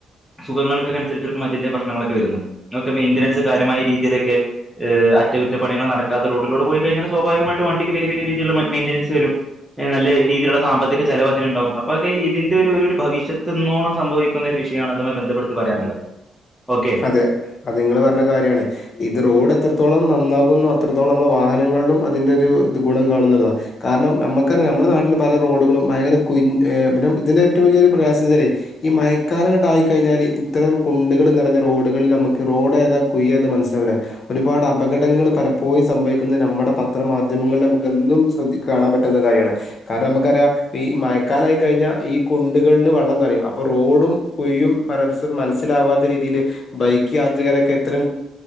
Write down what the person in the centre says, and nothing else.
സുഖങ്ങൾക്കൊക്കെ അനുസരിച്ചിക്കും അതിന്റെ പ്രശ്നങ്ങളൊക്കെ വരുന്നത് അതെ മെയിന്റനൻസ് കാര്യമായരീതി ഇതിലൊക്കെ ഏഹ് അറ്റകുറ്റപ്പണികൾ നടക്കാത്ത റോഡിലൂടെ പോയി കഴിഞ്ഞാൽ സ്വാഭാവികമായിട്ട് വണ്ടിക്ക് വലിയ വലിയ രീതിയിലുള്ള മെയിന്റനൻസ് വരും നല്ല രീതിുള്ള സാമ്പത്തിക ചെലവ് അതിനുണ്ടാവും അപ്പൊക്കെ ഇതിന്റെ ഒരു ഒരു ഭവിഷ്യത്തു എന്നോണം സംഭവിക്കുന്ന ഒരു വിഷയമാണ് അതുമായി ബന്ധപ്പെട്ട് പറയാനുള്ളത് ഓക്കെ